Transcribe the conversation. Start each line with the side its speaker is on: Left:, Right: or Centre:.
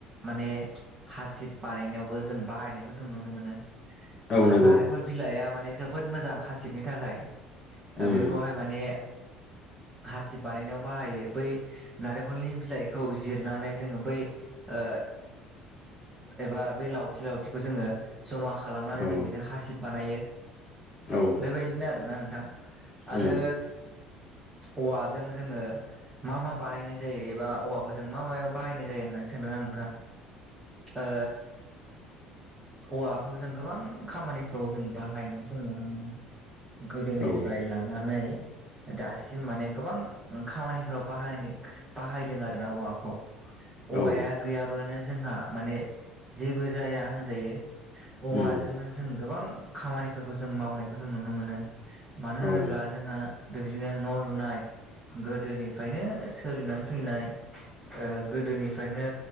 Right: माने हासिब बानायनायावबो जों बाहायनायखौ जों नुनो मोनो नारेंखल
Left: औ नंगौ
Right: बिलाइआ माने जोबोद मोजां हासिबनि थाखाय
Left: उम
Right: ओ बेखौहाय माने हासिब बानायनायाव बाहायो बै नारेंखलनि बिलाइखौ जिरनानै जोङो बै औ एबा बे लावथि लावथिखौ जोङो जमा खालामनानै
Left: औ
Right: जों बेजों हासिब बानायो
Left: औ
Right: बेबायदिनो आरोना नोंथां आरो
Left: उम
Right: औवाजों जोङो मा मा बानायनाय जायो एबा औवाखौ जों मा मायाव बाहायनाय जायो होनना सोंदों आं औ औवाखौ जों गोबां खामानि फ्राव जों बाहायनायखौ जों नुनो मोनो गोदोनिफ्राय
Left: औ
Right: लानानै दासिम माने गोबां खामानिफोराव बाहाय बाहायदों आरो ना औवाखौ
Left: औ
Right: औवाया गैयाब्लानो जोंहा माने जेबो जाया होनजायो औवाजोंनो
Left: उम
Right: जों गोबां खामानिफोरखौ जों मावनायखौ जों नुनो मोनो मानो होनोब्ला
Left: औ
Right: जोंहा बेबादिनो न' लुनाय गोदोनिफ्रायनो सोलिनानै फैनाय ओ गोदोनिफ्रायनो